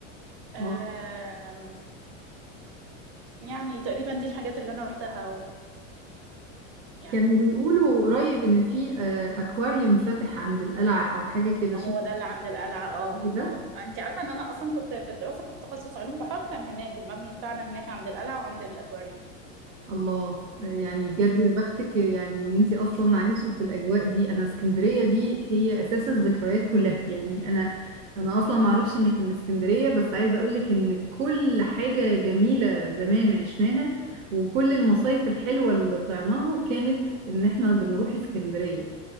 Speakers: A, on the right (about 35°); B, on the right (about 80°).
A: آم،
B: اه
A: يعني تقريبا دي الحاجات اللي أنا روحتها ويعني
B: كانوا بيقولوا قريب ان في آه، اكواريوم فاتح عند القلعة او حاجة كده
A: ما
B: شفت
A: هو ده اللي عند القلعة اه
B: ده
A: اه انت عارفة ان انا اصلا كنت في الدراسة كنت تخصص علوم بحر كان هناك المبنى بتاعنا هناك عند القلعة وعند الاكواريوم
B: الله يعني بجد
A: مم.
B: يا بختك يعني ان انتي اصلا عايشه في الاجواء دي انا اسكندريه دي هي اساس الذكريات كلها يعني انا انا اصلا ما اعرفش انك من اسكندريه بس عايزه اقولك ان كل حاجه جميله زمان عشناها وكل المصايف الحلوه اللي طلعناها كانت ان احنا بنروح اسكندريه